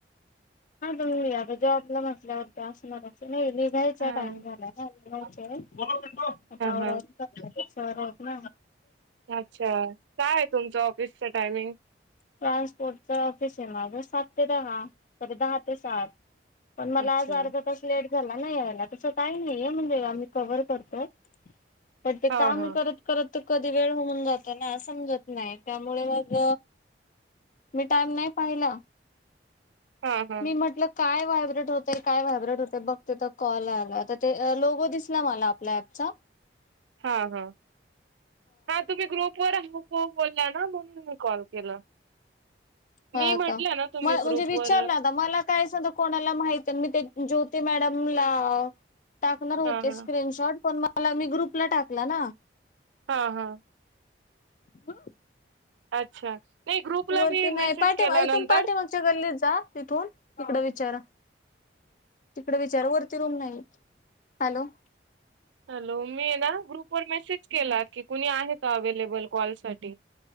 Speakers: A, on the left (about 45°); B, on the right (about 85°).
A: हा तुम्ही आता जॉबला म्हंटल्यावर्ती असंणार नाही निघायचा
B: हा
A: टाइम झाला निघायचे
B: हा
A: आता आवरावर
B: हा
A: करणार
B: अच्छा काय आहे तुमच ऑफिसच टायमिंग?
A: ट्रान्सपोर्टच ऑफिस आहे माझ सात ते दहा सॉरी दहा ते सात पण मला
B: अच्छा
A: आज अर्धा तास लेट झाला ना यायला तस काही नाही म्हणजे आम्ही कव्हर करतो. पण ते
B: हा
A: काम
B: हा
A: करत करत. त कधी वेळ होऊन जातो ना समजत नाही त्यामुळे मग मी टाइम नाही पाहिला.
B: ह ह.
A: मी म्हटलं काय व्हायब्रेंट होते काय व्हायब्रेट होते बघते त कॉल आला त ते लोगो दिसला मला आपल्या ऑप चा.
B: हा हा हा तुम्ही ग्रुप वर आह हो बोल्या ना म्हणून मी कॉल केला.
A: हा
B: मी म्हटलं
A: का
B: ना तुम्ही
A: म म्हणजे
B: ग्रुपवर
A: विचारन आता मला काय सद्या कोणाला माहिती मी ते ज्योती मॅडम ला टाकणार होते
B: हा हा
A: स्क्रीनशॉट पण म मला मी ग्रुपला टाकला ना.
B: ह ह.
A: हम <inaudible>
B: अच्छा. नाही ग्रुपला
A: वरती
B: मी
A: नाही
B: मेसेज
A: पाठीमा
B: केला
A: इथून
B: नंतर
A: पाठीमागच्या गल्लीत जा तिथून तिकड विचा तिकडे विचार वरती रूम नाही. हॅलो.
B: हॅलो मी ना ग्रुप वर मेसेज केला की कुणी आहे का अवे्लेबल कॉल साठी.